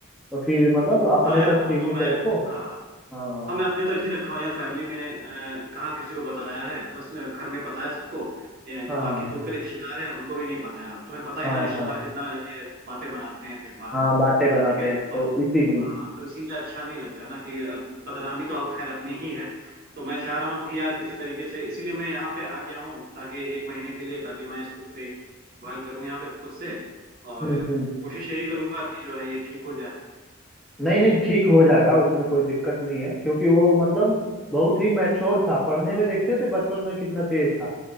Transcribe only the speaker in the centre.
तो फिर मतलब अपने
तक
सीमित
रखो
हाँ
हाँ
हाँ
हाँ
हाँ
बातें बनाते
हैं तो इसीलिए
हम्म हम्म
नहीं नहीं ठीक हो जाएगा उसमें कोई दिक्कत नहीं है क्योंकि वो मतलब बहुत ही मैच्योर था पढ़ने में देखते थे बचपन में कितना तेज
था